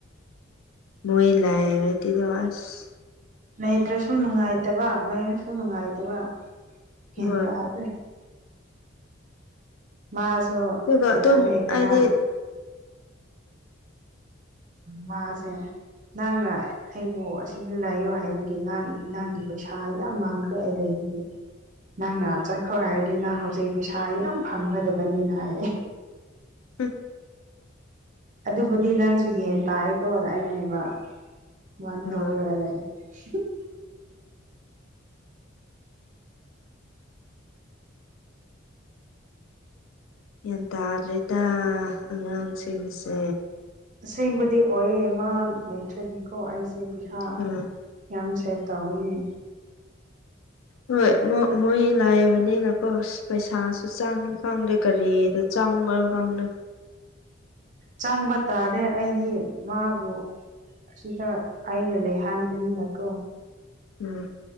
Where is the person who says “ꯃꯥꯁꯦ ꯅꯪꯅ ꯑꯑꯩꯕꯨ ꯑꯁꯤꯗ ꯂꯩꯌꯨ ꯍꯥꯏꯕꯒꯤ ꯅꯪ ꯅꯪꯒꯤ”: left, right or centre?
Right